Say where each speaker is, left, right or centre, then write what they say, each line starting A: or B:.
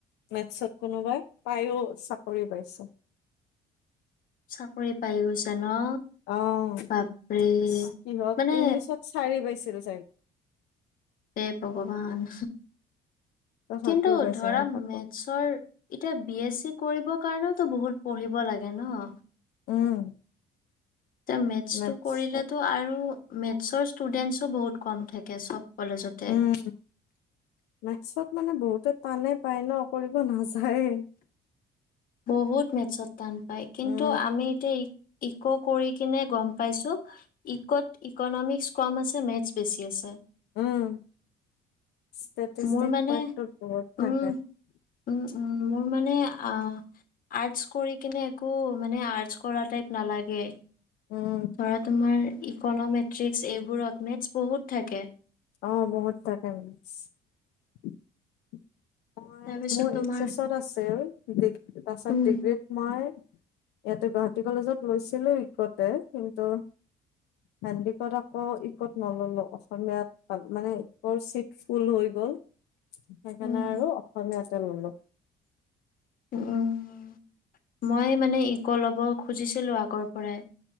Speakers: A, on the left; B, on the left.
A: মেথছত কোনোবাই পায়ো চাকৰি পাইছিল।
B: চাকৰি পাই গৈছে ন।
A: অ',
B: বাপৰে!
A: কিহঁত
B: মানে
A: ইংলিছত চাৰি পাইছে। <inaudible>
B: হে ভগৱান
A: তথাপিও
B: কিন্তু
A: পাইছে
B: ধৰা
A: মানে তাকো
B: মেথছৰ এতিয়া বি এছ চি কৰিব কাৰণেওতো বহুত পঢ়িব লাগে ন?
A: উম',
B: তে মেথছটো
A: মেথছত
B: কৰিলেতো আৰু মেথছৰ ষ্টুডেণ্টছো বহুত কম থাকে চব কলেজতে
A: উম মেথছত মানে বহুতে টান পায় ন কৰিব নাযায়ে
B: বহুত মেটছত টান পাই কিন্তু
A: উম
B: আমি এতিয়া ইক' কৰি কিনে গম পাইছো ইকত ইকনমিক্স কম আছে মেথছ বেছি আছে।
A: উম', ষ্টেটিষ্টিক
B: মোৰ মানে
A: পাৰ্টোৰ বহুত
B: উম
A: থাকে।
B: উম, উম মোৰ মানে আৰ্টচ কৰি কিনে একো মানে আৰ্টচ কৰা টাইপ নালাগে।
A: উম
B: ধৰা তোমাৰ ইক ইকন'মেট্ৰিক্স এইবোৰত মেথছ বহুত থাকে।
A: অ', বহুত ঠাকে মেথছ <inaudible> ম
B: তাৰপিছত
A: মোৰ
B: তোমাৰ
A: এইচছত আছিল তাচত
B: উম,
A: ডিগ্ৰীত মই ইয়াতে গুৱাহাটী কলেজত লৈছিলো ইকতে কিন্তু সান্দিকত আকৌ ইকত নললো অসমীয়াতাল মানে ইকৰ চিট ফুল হৈ গল। আৰু
B: উম,
A: অসমীয়াতে ললো।
B: উ'ম মই মানে ইক ল'ব খুজিছিলোঁ আগৰ পৰাই।